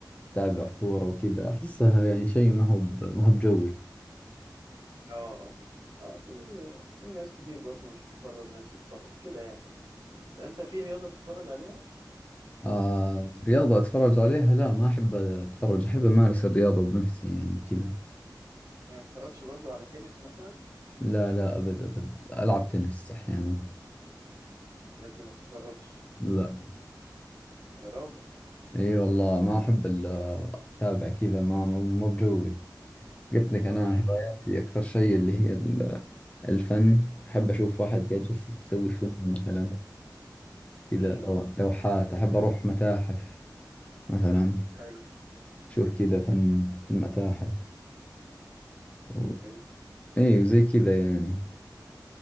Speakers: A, on the left; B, on the right.
A: اتابع كورة وكذا احسها يعني شيء ما هو ب... ما هو بجوي
B: اه اه اه في في ناس كتير برضو مش بتتفرج ناس تتفرج كده يعني انت في رياضة بتتفرج عليها
A: آه رياضة اتفرج عليها لا ما احب اتفرج احب امارس الرياضة بنفسي يعني وكذا
B: يعني ما بتتفرجش برضو على تنس مثلا
A: لا لا ابد ابد العب تنس احيانا
B: لكن ما بتتفرجش
A: لا
B: يا راجل
A: اي والله ما احب الا اتابع كذا ما مو مو بجوي قلت لك انا
B: امم
A: هواياتي اكثر شيء اللي هي ال- الفن احب اشوف واحد قاعد جالس يسوي فيلم مثلا كذا
B: امم
A: لو- لوحات احب اروح متاحف مثلا
B: حلو
A: اشوف كذا فن في المتاحف و...
B: حلو
A: اي وزي كذا يعني